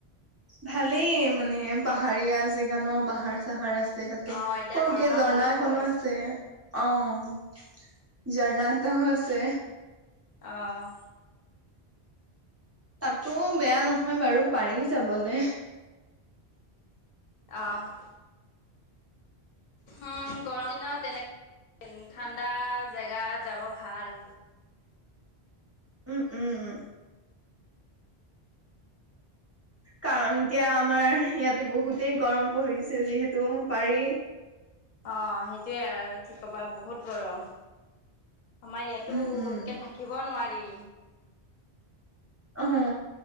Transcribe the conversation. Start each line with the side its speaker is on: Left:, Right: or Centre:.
Right: ভালেই মানে পাহাৰীয়া জেগা ন, পাহাৰ-চাহাৰ আছে। আছে তাতে
Left: অ' এতিয়া
Right: সৰুকে
Left: গৰমত
Right: ঝৰ্ণা
Left: ভালো হ'ব
Right: এখনো
Left: বাৰু
Right: আছে। অঁ' ঝৰ্ণা এটাও আছে।
Left: অ'
Right: তাতো বেয়া নহয় বাৰু পাৰি যাবলে।
Left: অহ' উম গৰম দিনত তেনে- <inaudible> ঠাণ্ডা জেগাত যাব ভাল।
Right: উম উম উম কাৰণ এতিয়া আমাৰ, ইয়াতে বহুতেই গৰম পৰি়ছে, যিহেতু পাৰি।
Left: অ' সেইটোৱে আৰু কি ক'বা বহুত গৰম আমাৰ ইয়াতো
Right: উম উম
Left: একে থা। কিব নোৱাৰি।
Right: অহ,